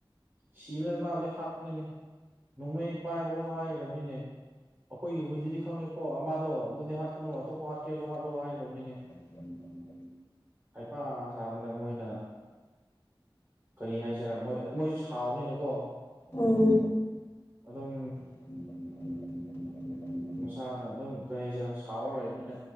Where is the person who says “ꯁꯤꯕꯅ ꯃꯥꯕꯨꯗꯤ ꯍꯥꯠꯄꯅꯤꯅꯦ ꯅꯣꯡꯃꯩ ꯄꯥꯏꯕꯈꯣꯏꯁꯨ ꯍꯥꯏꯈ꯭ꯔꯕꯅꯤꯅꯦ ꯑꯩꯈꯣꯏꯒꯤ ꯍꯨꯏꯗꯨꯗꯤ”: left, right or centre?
Right